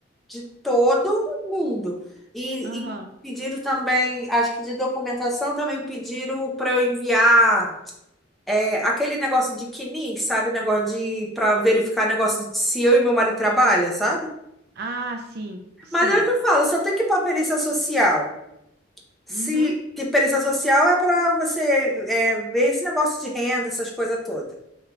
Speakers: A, in the centre; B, on the right (about 55°).
A: de todo mundo. E,
B: Aham.
A: e pediram também, acho que de documentação também pediram para eu enviar é, aquele negócio de CNIS, sabe? Negócio de para verificar negócio de se eu e meu marido trabalha, sabe?
B: Ah, sim, sei.
A: Mas é o que eu falo, só tem que ir para perícia social. Se
B: Uhum.
A: que perícia social é para você é, ver esse negócio de renda, essas coisas todas.